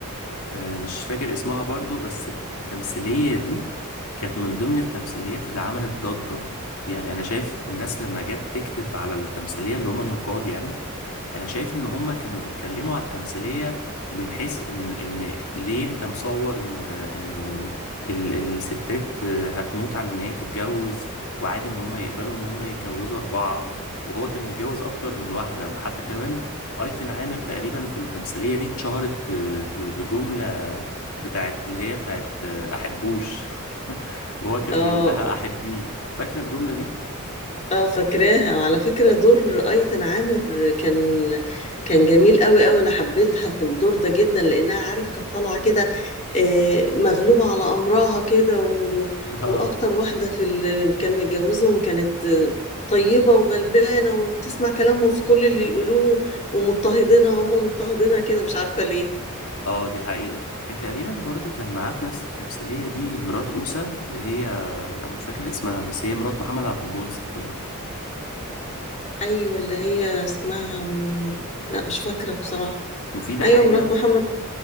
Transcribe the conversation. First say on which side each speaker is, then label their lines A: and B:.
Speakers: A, on the left; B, on the left.
A: آه مش فاكر اسمها برضو بس التمثيليه دي كانت من ضمن التمثيليات اللي عملت ضجه يعني انا شايف الناس لما جت تكتب على التمثيليه اللي هم النقاد يعني انا شايف ان هما كانوا بيتكلموا على التمثيلية من حيث ان ان ليه انت مصور ان ان ال- الستات هتموت على ان هي تتجوز وعادي ان هما يقبلوا ان هما يتجوزوا اربعة وهو كان متجوز اكتر من واحدة وحتى كمان ايتن عامر تقريبا في التمثيلية دي اتشهرت ب- ب- بجملة بتاعت اللي هي بتاعت احبوش <laughs> وهو كان
B: اه
A: بيقول لها
B: آه.
A: احبيه فاكرة الجملة دي؟
B: اه فاكراها وعلى فكرة دور ايتن عامر كان كان جميل قوي قوي انا حبيتها في الدور ده جدا لانها عارف كانت طالعة كده آه، مغلوبة على امرها كده و...
A: <laughs> اه
B: واكتر واحدة في اللي كان متجوزهم كانت آه، طيبة وغلبانة وبتسمع كلامهم في كل اللي يقولوه ومضطهدينها هم مضطهدينها كده مش عارفة ليه
A: اه دي حقيقة هي تقريبا برضو كان معاه في نفس التمثيلية دي مرات أوسة اللي هي أنا مش فاكر اسمها بس هي مرات محمد عبد المنصف باين
B: ايوه اللي هي اسمها م- لا مش فاكرة بصراحة
A: مفيدة
B: ايوه
A: حاجة
B: مرات محمد